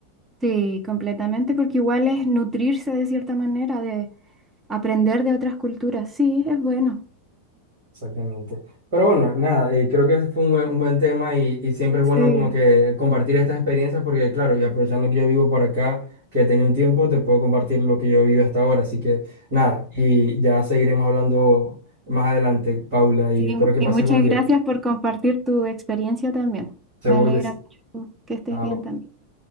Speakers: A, on the right; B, on the right.
A: Sí, completamente, porque igual es nutrirse de cierta manera, de aprender de otras culturas, sí, es bueno.
B: Exactamente. Pero bueno, nada, eh, creo que fue un buen, un buen tema y, y siempre es bueno
A: Sí.
B: como que compartir estas experiencias porque claro, y aprovechando que yo vivo por acá, que he tenido un tiempo, te puedo compartir lo que yo vivo hasta ahora. Así que nada, y ya seguiremos hablando más adelante, Paula, y
A: Sí,
B: espero que
A: y
B: pases
A: muchas
B: buen día.
A: gracias por compartir tu experiencia también.
B: Seguro
A: Me alegra
B: que sí.
A: mucho que estés
B: Chao.
A: bien también.